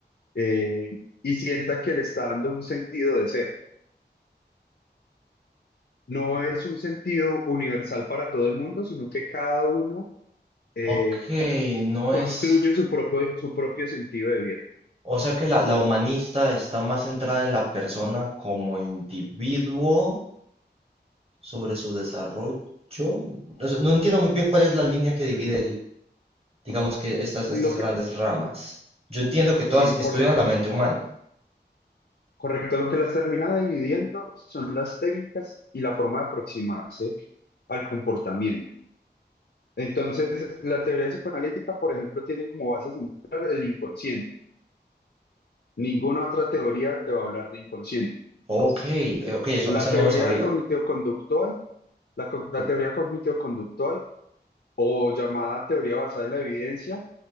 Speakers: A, on the left; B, on the right.
A: eh, y sienta que le está dando un sentido de ser. No es un sentido universal para todo el mundo, sino que cada uno eh,
B: Ok, no
A: construye
B: es,
A: su propio, su propio sentido de vida.
B: o sea que la, la humanista está más centrada en la persona como individuo sobre su desarrollo. No sé, no entiendo muy bien cuál es la línea que divide el, digamos que estas, estas
A: Lo que,
B: grandes ramas. Yo entiendo que todas
A: Sí,
B: estudian
A: por ejemplo,
B: la mente humana.
A: correcto, lo que las termina dividiendo son las técnicas y la forma de aproximarse al comportamiento. Entonces, la teoría psicoanalítica, por ejemplo, tiene como base central el inconsciente. Ninguna otra teoría te va a hablar de inconsciente.
B: Ok, eh, ok, eso,
A: La
B: eso no
A: teoría
B: lo sabía.
A: cognitivo-conductual, la, co- la
B: Yo,
A: teoría cognitivo-conductual o llamada teoría basada en la evidencia,